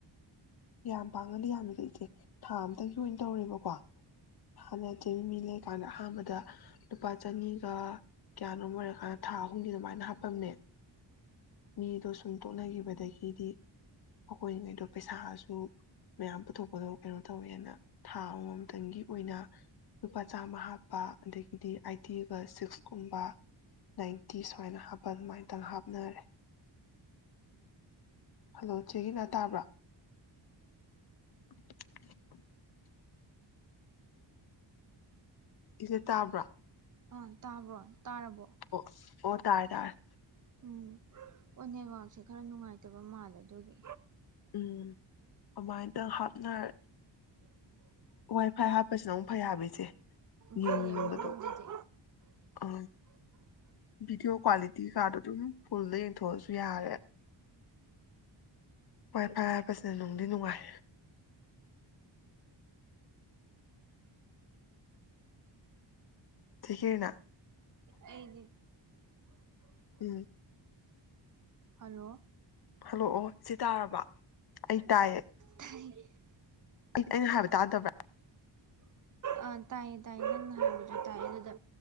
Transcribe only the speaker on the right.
ꯑꯥ ꯇꯥꯕ꯭ꯔꯣ ꯇꯥꯔꯕꯣ
ꯎꯝ ꯑꯣ ꯅꯦꯠꯋꯥꯛꯁꯦ ꯈꯔ ꯅꯨꯡꯉꯥꯏꯇ ꯂꯩꯇꯕ ꯃꯥꯜꯂ ꯑꯗꯨꯒꯤ
ꯐꯩꯌꯦ
ꯑꯃꯔꯣꯝꯗꯗꯤ
ꯑꯩꯗꯤ
ꯍꯜꯂꯣ
ꯇꯥꯏ
ꯑ ꯇꯥꯏꯌꯦ ꯇꯥꯏꯌꯦ ꯅꯪꯅ ꯍꯥꯏꯕꯁꯨ ꯇꯥꯏꯌꯦ ꯑꯗꯨꯗ